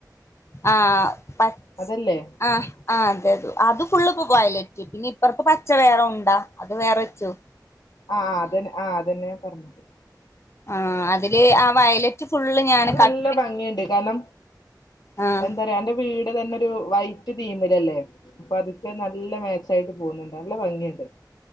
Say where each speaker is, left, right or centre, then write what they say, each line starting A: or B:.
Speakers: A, on the left (about 40°); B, on the left (about 70°).
A: ആഹ് പചആഹ്
B: അതല്ലേ
A: ആഹ് അതെ അത അത് ഫുള്ള്പ്പ വയലറ്റ് പിന്നെ ഇപ്പറപ്പ പച്ചവേറ ഉണ്ടാ അത് വേറെ വച്ചു
B: ആഹ് അതന്നെ ആഹ് അതന്നെയാ പറഞ്ഞത്
A: ആഹ് അതില് ആ വയലറ്റ് ഫുള്ള് ഞാന്
B: അത്
A: കട്ട്
B: നല്ല ഭംഗിയുണ്ട് കാരണം
A: ആഹ്
B: എന്താറയാ എന്റെ വീട് തന്നെ ഒരു വൈറ്റ് തീമിലല്ലെ പതുക്കെ നല്ല മാച്ച് ആയിട്ട് പോകുന്നുണ്ട് നല്ല ഭംഗിയുണ്ട്